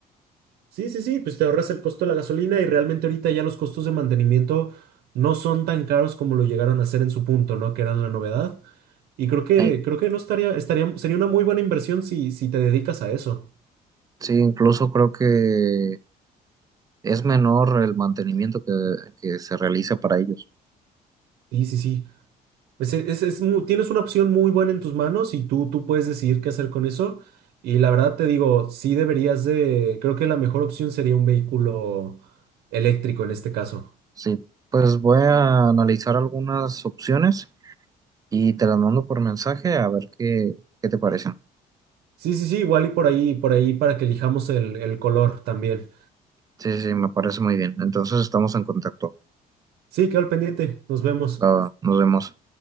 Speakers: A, on the right; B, on the right.
A: Sí, sí, sí, pues te ahorras el costo de la gasolina y realmente ahorita ya los costos de mantenimiento no son tan caros como lo llegaron a ser en su punto, ¿no? Que eran la novedad. Y creo que,
B: Ay,
A: creo que no estaría, estaría, sería una muy buena inversión si, si te dedicas a eso.
B: sí, incluso creo que es menor el mantenimiento que, que se realiza para ellos.
A: Sí, sí, sí. Pues es, es- es mu- tienes una opción muy buena en tus manos y tú, tú puedes decidir qué hacer con eso. Y la verdad te digo, sí deberías de, creo que la mejor opción sería un vehículo eléctrico en este caso.
B: Sí, pues voy a analizar algunas opciones y te las mando por mensaje a ver qué, qué te parecen.
A: Sí, sí, sí, igual y por ahí, por ahí para que elijamos el, el color también.
B: Sí, sí, sí, me parece muy bien. Entonces estamos en contacto.
A: Sí, quedo al pendiente. Nos vemos.
B: Ah, nos vemos.